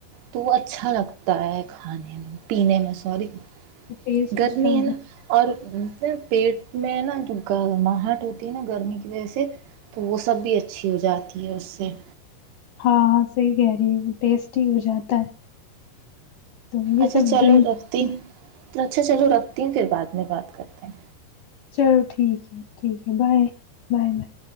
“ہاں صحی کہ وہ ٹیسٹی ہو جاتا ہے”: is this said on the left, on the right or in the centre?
Left